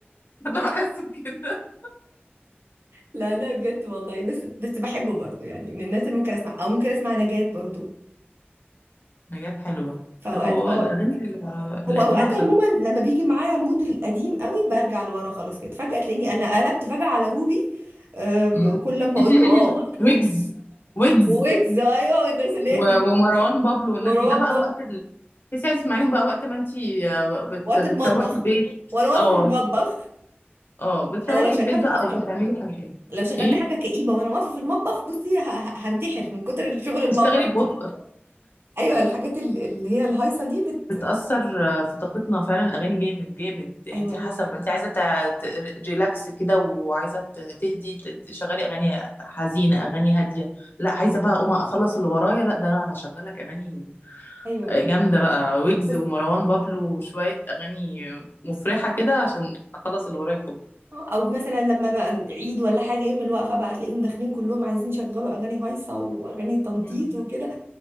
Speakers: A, on the left; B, on the right.
A: أنا بحسه كده
B: لا لا بجد والله بس بس بحبه برضه يعني من الناس اللي ممكن اسمع او ممكن اسمع نجاة برضه
A: نجاة حلوة
B: فاوقات
A: هو
B: اه
A: الأغاني ال-
B: هو
A: القديمة
B: اوقات
A: بصراحة
B: عموما لما بيجي معايا مود القديم قوي برجع لورا خالص كده فجأة تلاقيني انا قلبت فجأة على روبي آم،
A: مم.
B: كل لما
A: <laughs>
B: اقول له اه
A: ويجز ويجز
B: ويجز ايوه والناس اللي
A: و-
B: هي الجديدة،
A: ومروان بابلو والناس
B: مروان
A: دي ده بقى
B: بابا
A: وقت ال... تحسي عايز تسمعيهم بقى وقت ما انتي آه، بت...
B: وقت
A: بتروقي
B: المطبخ
A: البيت
B: وانا واقفة
A: اه
B: في المطبخ
A: اه بتروقي
B: انا لو شغلت
A: البيت بقى
B: اصلا
A: او بتعملي حاجه
B: لو شغلت
A: ايه
B: حاجة كئيبة وانا واقفة في المطبخ بصي ه- ه- هنتحر من كتر شغل المطبخ
A: تشتغلي ببطء
B: ايوه الحاجات ال- اللي هي الهايصة دي بت
A: بتأثر آه، في طاقتنا فعلا الأغاني جامد جامد يعني
B: ايوه
A: انت
B: ايوه
A: حسب انت عايزة ريلاكس كده وعايزة ت- تهدي ت- تشغلي أغاني حزينة أغاني هادية لا عايزة بقى أقوم أخلص اللي ورايا لا ده أنا هشغلك أغاني
B: ايوه ايوه
A: جامدة
B: أيوه.
A: بقى ويجز
B: بس
A: ومروان بابلو وشوية أغاني مفرحة كده عشان أخلص اللي ورايا كله
B: او مثلا لما بقى عيد ولا حاجه يوم الوقفه بقى تلاقيهم داخلين كلهم عايزين يشغلوا اغاني هايصه واغاني تنطيط
A: مم.
B: وكده